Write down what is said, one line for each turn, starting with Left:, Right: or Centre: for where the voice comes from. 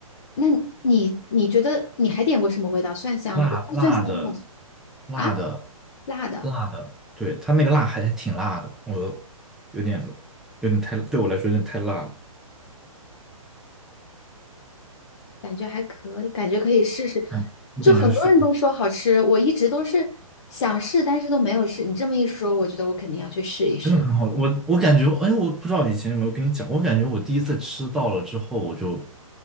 Left: 那你你觉得你还点过什么味道蒜香的？
Centre: 辣辣的，
Left: 我看蒜香的好像
Centre: 辣的，
Left: 啊，辣的。
Centre: 辣的，对，它那个辣还挺辣的，我有点有点太，对我来说有点太辣了，
Left: 感觉还可以，感觉可以试试。
Centre: 嗯，我感觉是
Left: 就很多人都说好吃，我一直都是想试，但是都没有试。你这么一说，我觉得我肯定要去试一试。
Centre: 真的很好，我我感觉，哎，我不知道以前有没有跟你讲，我感觉我第一次吃到了之后，我就